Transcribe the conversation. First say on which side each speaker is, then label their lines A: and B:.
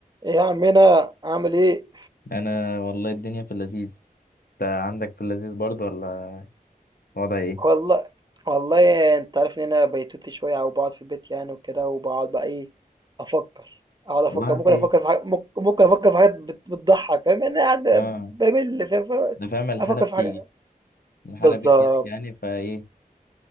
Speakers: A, on the right (about 30°); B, on the left (about 80°).
A: ايه يا عمنا عامل ايه
B: انا والله الدنيا في اللذيذ انت عندك في اللذيذ برضه ولا وضع ايه
A: والله والله انت عارف ان انا بيتوتي شويه او بقعد في البيت يعني وكده وبقعد بقى ايه افكر اقعد افكر
B: والله
A: ممكن
B: في
A: افكر في حاجات ممكن ممكن افكر في حاجات بت- بتضحك فاهم انا قاعد ب-
B: اه
A: بمل فاهم فاهم؟
B: انا فاهم الحالة
A: افكر
B: بتيجي
A: في حاجه
B: الحالة
A: بالظبط
B: بتجيلك يعني فايه